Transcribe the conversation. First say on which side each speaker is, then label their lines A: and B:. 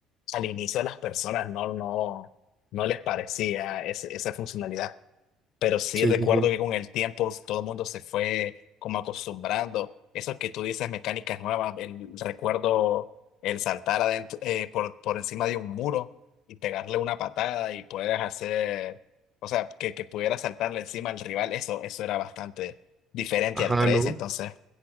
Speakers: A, on the left; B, on the right.
A: al inicio a las personas no, no, no les parecía ese- esa funcionalidad, pero sí
B: sí,
A: recuerdo
B: sí, sí.
A: que con el tiempo todo el mundo se fue como acostumbrando. Eso que tú dices, mecánicas nuevas, el recuerdo, el saltar adentro, eh, por, por encima de un muro y pegarle una patada y puedes hacer, o sea, que, que pudiera saltarle encima al rival, eso, eso era bastante diferente
B: Ajá,
A: al tres
B: ¿no?
A: entonces